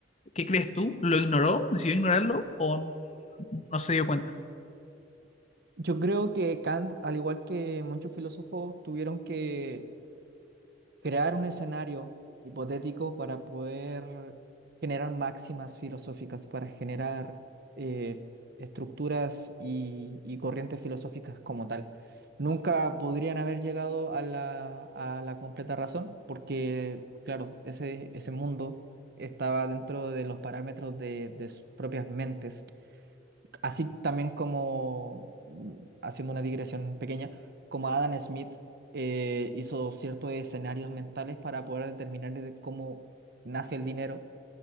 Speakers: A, on the left; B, on the right.
A: ¿Qué crees tú? ¿Lo ignoró? ¿Decidió ignorarlo o n- no se dio cuenta?
B: Yo creo que Kant, al igual que muchos filósofos, tuvieron que crear un escenario hipotético para poder generar máximas filosóficas, para generar eh, estructuras y, y corrientes filosóficas como tal. Nunca podrían haber llegado a la, a la completa razón porque, claro, ese, ese mundo estaba dentro de los parámetros de, de sus propias mentes. Así también como, mm, haciendo una digresión pequeña, como Adam Smith eh, hizo ciertos escenarios mentales para poder determinar de cómo nace el dinero,